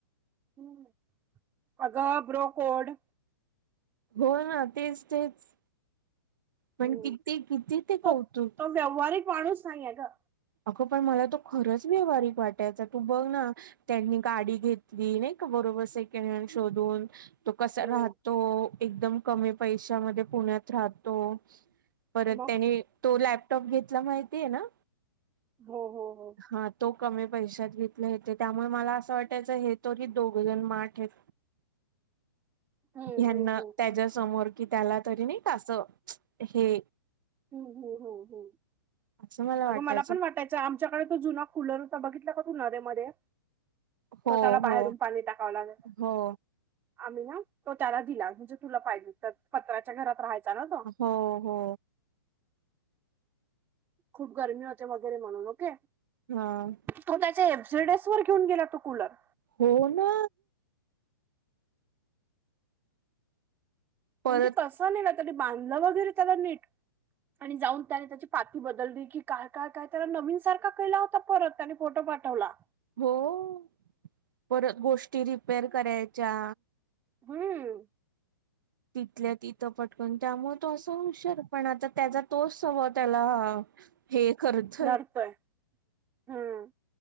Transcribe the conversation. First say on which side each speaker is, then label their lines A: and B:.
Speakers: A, on the right; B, on the right.
A: ह्, अगं ब्रोकोड.
B: हो हं तेच-तेच. पण
A: हम्म
B: किती-किती ते,
A: तो
B: कौतुक.
A: तो व्यावहारिक माणूस नाहीेये गं.
B: अगं पण मला तो खरंच व्यावहारिक वाटायचा, तू बघ ना त्यांनी गाडी घेतली, नही का बरोबर, सेकंड हँड शोधून. तो कसा
A: हम्म
B: राहतो, एकदम कमी पैशामध्ये पुण्यात राहतो. परत
A: मग
B: त्याने, तो लॅपटॉप घेतला, माहितीये ना?
A: हो हो हो.
B: हा तो कमी पैशात घेतले हेतें, त्यामुळे मला असं वाटायचं, हे तरी दोघजण माठ येत.
A: हम्म
B: ह्याना
A: हम्म हम्म
B: त्याच्या समोर, कि त्याला तरी नही क असं, हे
A: ह्म ह्म ह्म,
B: असं
A: अगं
B: वाटायचं
A: मला पण वाट त्याच्या आमच्याकड तो जुना कुलर होता, बघितला का नद्या मध्ये.
B: हो
A: तो त्याला
B: हो
A: बाहेरून, पाणी टाकावं लागल.
B: हो.
A: आम्ही ना, तो त्याला दिला, म्हणजे तुला पाहिजे त पत्राच्या घरात राहायचा ना, तो.
B: हो हो.
A: खूप गरमी होते वगैरे, म्हणून ओके.
B: हं.
A: तो त्याच्या एफझेडएस वर घेऊन गेला, तो कूलर.
B: हो ना. परत
A: म्हणजे कसं नेला, त्याने बांधलं वगैरे त्याला नीट. आणि जाऊन त्याने त्याची पाती बदलली की काय, काय-काय त्याला नवीन सारखा केला होता, परत. त्यांनी फोटो पाठवला.
B: हों, परत गोष्टी रिपेर करायच्या.
A: हम्म.
B: तिथल्या तिथं, पटकन त्यामुळ तो असा हुशार, पण आता त्याचा तोच स्वभाव त्याला हे करतोय,
A: लढतोय हम्म